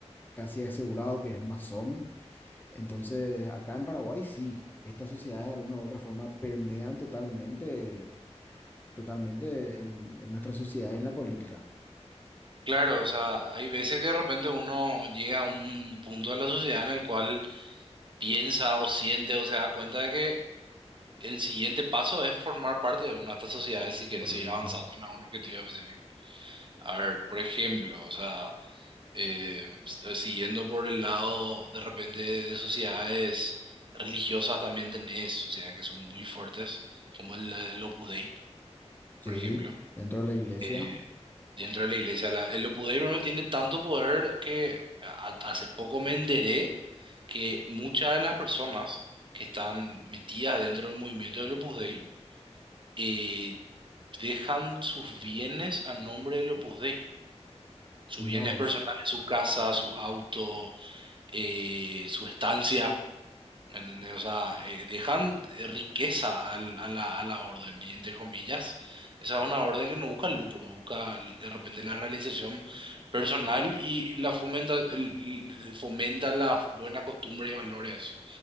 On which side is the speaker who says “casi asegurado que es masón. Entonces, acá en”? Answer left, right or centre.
Left